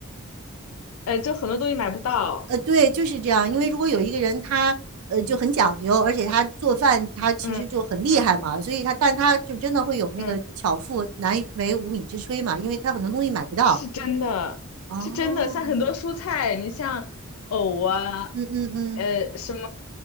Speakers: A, on the left; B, on the right.
A: 呃，就很多东西买不到。
B: 呃，对，就是这样。因为如果有一个人他呃就很讲究，而且他做饭他其实就很厉害嘛，
A: 嗯嗯
B: 所以他但他就真的会有那个巧妇难为无米之炊嘛，
A: 嗯。
B: 因为他很多东西买不到。
A: 是真的，
B: 哦，
A: 是真的，像很多蔬菜，你像藕啊，
B: 嗯嗯嗯，
A: 呃，什么，